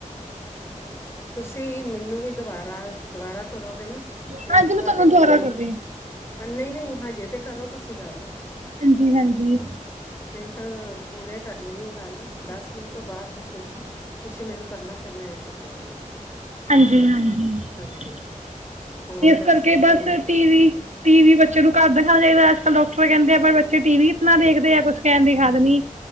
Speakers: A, on the left; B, on the right.
A: ਤੁਸੀਂ ਮੈਨੂੰ ਵੀ ਦੁਬਾਰਾ ਦੁਬਾਰਾ ਕਰੋਗੇ ਨਾ ਤੇ
B: ਹਾਂਜੀ
A: ਤੁਹਾਡੇ
B: ਮੈਂ ਤੁਹਾਨੂੰ ਦੁਬਾਰਾ
A: ਤੇ ਵੀ
B: ਕਰਦੀ ਹਾਂ
A: ਨਹੀਂ ਨਹੀਂ ਹਜੇ ਤੇ ਕਰੋ ਤੁਸੀਂ ਗੱਲ।
B: ਹਾਂਜੀ ਹਾਂਜੀ।
A: ਟ ਪੂਰੇ ਕਰਨੀ ਏ ਗੱਲ। ਦਸ ਮਿੰਟ ਤੋਂ ਬਾਅਦ ਤੁਸੀਂ ਤੁਸੀਂ ਮੈਨੂੰ ਕਰਨਾ ਫਿਰ ਮੈਂ ਚੁੱਕ ਲਾਂਗੀ,
B: ਹਾਂਜੀ-ਹਾਂਜੀ
A: ਹਾਂਜੀ ਹੋਰ
B: ਇਸ
A: ਦੱਸੋ
B: ਕਰਕੇ
A: ਕੋਈ
B: ਬਸ
A: ਨਾ
B: ਟੀ-ਵੀ, ਟੀ-ਵੀ ਬੱਚਿਆਂ ਨੂੰ ਘੱਟ ਦਿਖਾਣਾ ਚਾਹੀਦਾ ਆ ਡਾਕਟਰ ਕਹਿੰਦੇ ਆ ਪਰ ਬੱਚੇ ਟੀ-ਵੀ ਇਤਨਾ ਦੇਖਦੇ ਆ ਕੁਛ ਕਹਿਣ ਦੀ ਹੱਦ ਨੀ